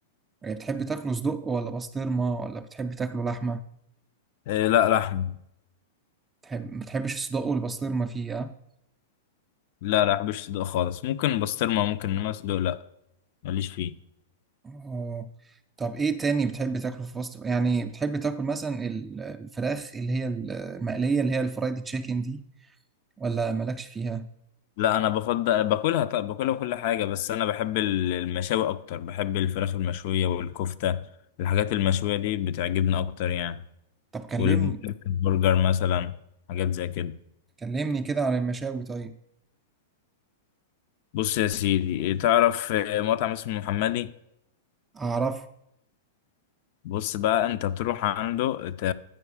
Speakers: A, on the right; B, on the left.
A: يعني بتحب تاكله صدق ولا بسطرمه ولا بتحب تاكله لحمه
B: إيه لا لحم
A: بتحب ما بتحبش الصدق والبسطرمه فيه ها
B: لا لا بحبش صدق خالص ممكن بسطرمة ممكن إنما صدق لا ماليش فيه
A: اه طب ايه تاني بتحب تاكله في فاست فود يعني بتحب تاكل مثلا ال- الفراخ اللي هي المقليه اللي هي الفرايد تشيكن دي ولا مالكش فيها
B: لا انا بفضل باكلها طب باكلها كل حاجه بس انا بحب ال- المشاوي اكتر بحب الفراخ المشويه والكفته الحاجات المشويه دي بتعجبني اكتر يعني
A: طب كلمني
B: والبرجر مثلا حاجات زي كده
A: كلمني كده عن المشاوي طيب
B: بص يا سيدي تعرف مطعم اسمه محمدي
A: اعرف
B: بص بقى انت تروح عنده ت-